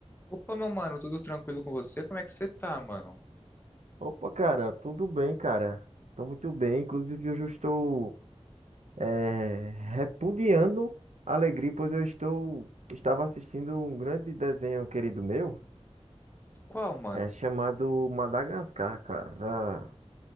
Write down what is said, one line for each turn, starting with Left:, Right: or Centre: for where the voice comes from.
Left: Opa, meu mano, tudo tranquilo com você? Como é que você tá, mano?
Right: Opa, cara, tudo bem, cara? Tô muito bem. Inclusive, hoje eu estou eh, repudiando a alegria, pois eu estou estava assistindo um grande desenho querido meu,
Left: Qual, mano?
Right: é chamado Madagascar, cara. Já